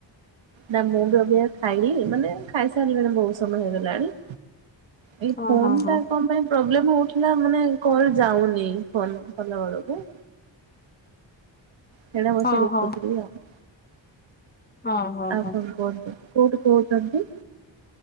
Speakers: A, on the right; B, on the left.
A: ନା ମୁଁ ବି ଏବେ ଆଉ ଖାଇନି ମାନେ ଖାଇସାରିଲିଣି ବହୁତ ସମୟ ହେଇଗଲାଣି। ଏଇ
B: ହଁ
A: ଫୋନ୍
B: ହଁ ହଁ
A: ଟା କଣ ପାଇ ପ୍ରୋବ୍ଲେ ହଉଥିଲା ମାନେ କଲ ଯାଉନି ଫୋନ କଲା ବେଳକୁ। ସେଇଟା ବସିି
B: ହଁ
A: ଦେଖୁଥିଲି
B: ହଁ
A: ଆଉ।
B: ହଁ ହଁ
A: ଆଉ
B: ହଁ
A: କଣ କୁହନ୍ତୁ କୋଉଠୁ କହୁଛନ୍ତି?